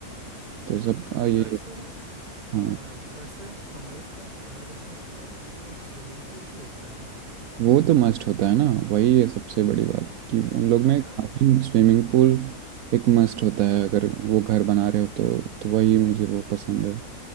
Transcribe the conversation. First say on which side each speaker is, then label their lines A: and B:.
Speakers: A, on the right; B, on the right.
A: तो सबका यही
B: वैसे
A: हाँ
B: हाँ वैसे अमेरिकन घर में तो वो स्विमिंग पूल भी होते हैं नहीं
A: वो तो मस्ट होता है ना वही है सबसे बड़ी बात कि उन लोग
B: अच्छा
A: में काफी स्विमिंग पूल एक मस्ट होता है अगर वो घर बना रहे हो तो तो वही मुझे वो पसंद है